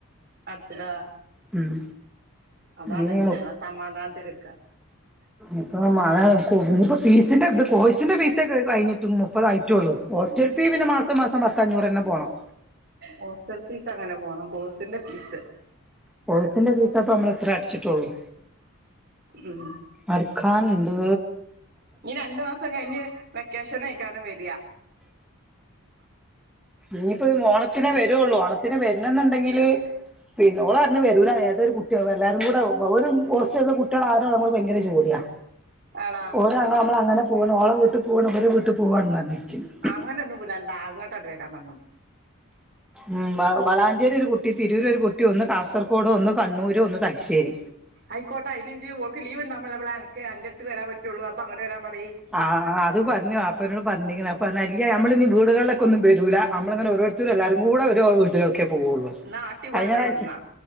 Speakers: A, on the right (about 45°); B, in the centre.
A: അട്ച്ച്ലാ
B: ഉം
A: അതാണെയ്ഞ്ഞല്ലോ
B: ഇനി
A: സമാധാനത്തില്ക്ക
B: ഇപ്പ മഴ കൊർഞ്ഞിപോ ഫീസിന്റെത് കോഴ്സിന്റെ ഫീസട് കയ്ഞ്ഞിട്ടും മുപ്പതായിറ്റൊള്ളൂ ഹോസ്റ്റൽ ഫീ പിന്നെ മാസം മാസം പത്തഞ്ഞൂറെന്നെ പോണം
A: ഹോസ്റ്റൽ ഫീസ് അങ്ങനെ പോണം കോസിന്റെ ഫീസ്
B: കോഴ്സിന്റെ ഫീസപ്പ അമ്മള് ത്ര അട്ച്ചിറ്റൊള്ളു
A: ഉം
B: അട്ക്കാന്ണ്ട്
A: ഞി രണ്ട് മാസം കയ്ഞ്ഞ് വെക്കേഷനയ്ക്കാരം വെര്യ
B: ഇഞിപ്പോ മോണത്തിനാ വരൊള്ളൂ ഓണത്തിന് വര്നംന്ന്ണ്ടെങ്കില് പി ഓളർഞു എരൂല ഏതൊരു കുട്ട്യോ വല്ലാരും കൂട വ്വ വ ഒരു മോസ്റ്റ്ൻ്റല്ലും കുട്ട്യേളാ ആരാ അമൾക്ക് ഭയങ്കര ജോട്യാ
A: ആണോ
B: ഓരാങ്ങള അമ്മളെ അങ്ങനെ പോണ് ഓളെ വീട്ട് പോണ് ഓരെ വീട്ട് പോവാണന്നർഞ് ര്ക്ക്യേന്നു
A: അങ്ങനന്നും വ്ടണ്ടാ ഇങ്ങട്ടണ്ട് വരാം പർഞ്ഞോണ്ടി
B: ഉം വള വളാഞ്ചേരി ഒര് കുട്ടി തിരൂരൊരു കുട്ടി ഒന്ന് കാസർകോട് ഒന്ന് കണ്ണൂര് ഒന്ന് തലശ്ശേരി
A: ഐക്കോട്ട ഐന്ജ് ഓൾക്ക് ലീവ്ണ്ടാവ്മ്പളേ ബളേ അൻക്ക് അന്റെര്ത്ത്ക് വരാപറ്റൊള്ളൂ അപ്പ അങ്ങനെ വരാപറിയ്
B: ആഹ് അത് പർഞ്ഞു വാപ്പനോട്‌ പറഞ്ഞീക്ക്ണ് അപ്പർണു അല്ല്യ നമ്മളിനി വീടുകൾളക്കെ ഒന്നും വരൂല അമ്ള്ങ്ങന ഓരോ ത്ത് രല്ലാരും കൂടെ ഒരു ഓഹ് വീട്ട്കൾക്കേ പോവൊള്ളൂ
A: എന്നാ ആട്ടി വിടേണ്ടി
B: അയ്ഞ്ഞറാഴ്ശ്ശ
A: വരും എന്നാ